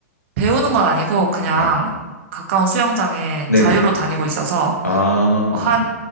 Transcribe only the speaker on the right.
배우는 건 아니고 그냥
가까운 수영장에
자유로 다니고 있어서
한